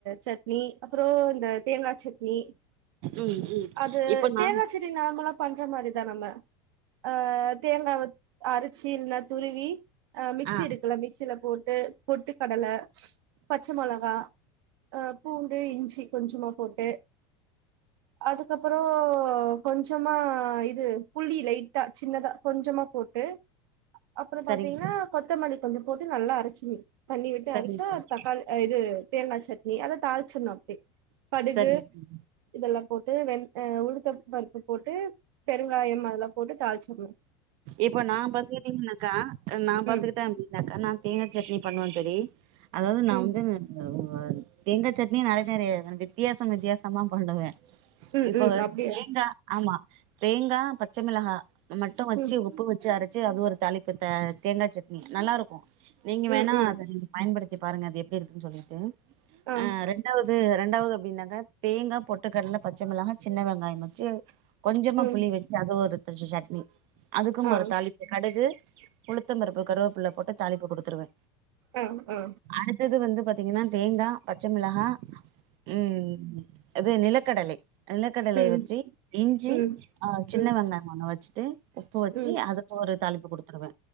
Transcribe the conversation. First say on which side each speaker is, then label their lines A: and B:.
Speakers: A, on the right; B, on the right.
A: சட்னி அப்பறோ இந்த தேங்கா சட்னி,
B: ம் ம்
A: அது
B: இப்போ
A: தேங்கா
B: நா
A: சட் னி நார்மலா பண்ற மாரிதா நம்ம ஆ தேங்காவ அரைச்சு இல்லைனா துருவி அ மிக்சி
B: ஆ
A: இருக்கல மிக்சியில போட்டு பொட்டு கடல பச்ச மொளகா அ பூண்டு இஞ்சி கொஞ்சமா போட்டு அதுக்கப்பறோ கொஞ்சமா இது புளி லைட்டா சின்னதா கொஞ்சமா போட்டு அப்பறோ
B: சரிங்க
A: பாத்தீங்கன்னா
B: தோழி
A: கொத்தமல்லி கொஞ்ச போட்டு நல்லா அரைச்சு மீ பண்ணி விட்டு
B: சரிங்க
A: அரைச்சா
B: தோழி
A: தக்காளி இது தேங்கா சட்னி அத தாளிச்சிடனு கடுகு
B: சரிங்க தோழி
A: இதெல்லா போட்டு வெ அ உளுத்தம்பருப்பு போட்டு பெருங்காயம் அதெல்லா போட்டு தாளிச்சுடனு
B: இப்ப நா பாத்துக்கிட்டீங்கனாக்கா நா பாத்துக்கிட்டே
A: ம்
B: அப்டி னாக்கா நா தேங்கா சட்னி பண்ணுவே தோழி அதாவது நா
A: ம்
B: வந்து இந்த ஒரு தேங்கா சட்னியே நறைய நறைய வித்தியாசம் வித்தியாசமா பண்ணுவே
A: ம்
B: இப்போ
A: ம் அப்டியா
B: தேங்கா ஆமா தேங்கா பச்சமிளகா மட்டு வச்சு
A: ம்
B: உப்பு வச்சு அரைச்சு அது ஒரு தளிப்பு த தேங்கா சட்னி நல்லருக்கு நீங்க வேணா
A: ம் ம்
B: அத நீங்க பயன்படுத்தி பாருங்க அது எப்படி இருக்குன்னு சொல்லிட்டு
A: ஆ
B: அ ரெண் டாவது ரெண்டாவது அப்டின்னாக்கா தேங்கா பொட்டு கடல பச்ச மிளகா சின்ன வெங்காயம் வச்சு கொஞ்சமா
A: ம்
B: புளி வச்சு அது ஒரு ச சட்னி அதுக்கும்
A: ஆ
B: ஒரு தளி ப்பு கடுகு உளுத்தம்பருப்பு கருவேப்புல்ல போட்டு தாளிப்பு குடுத்துருவே
A: ஆ ஆ
B: அடுத்தது வந்து பாத்தீங்கன்னா தேங்கா பச்ச மிளகா ம் இது நிலக்கடலை நிலக்கடலை
A: ம்
B: வச்சு இஞ்சி
A: ம்
B: ஆ சின்ன
A: ம்
B: வெங்காயம் ஒன்னு வச்சுட்டு உப்பு வச்சு
A: ம்
B: அதுக்கு ஒரு தளிப்பு குடுத்துருவே